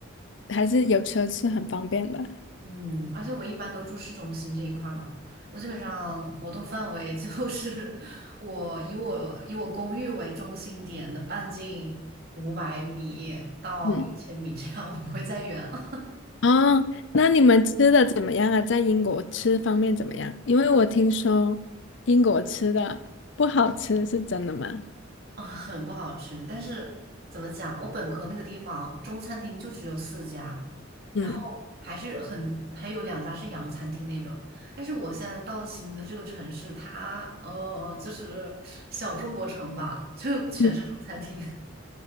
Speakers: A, on the left; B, on the right.
A: 还是有车是很方便的，
B: 嗯，而且我一般都住市中心这一块儿嘛，我基本上活动范围就是 <laughs> 我以我以我公寓为中心点的半径五百米到一千米这样，
A: 嗯。
B: 我不会再远了。
A: 哦，那你们吃的怎么样啊？在英国吃方面怎么样？因为我听说英国吃的不好吃，是真的吗？
B: <laughs> 啊，很不好吃，但是怎么讲，我本科那个地方中餐厅就只有四家，
A: 嗯，
B: 然后还是很还有两家是洋餐厅那种，但是我现在到新的这个城市，它呃就是小中国城吧，就全是中餐厅。
A: 嗯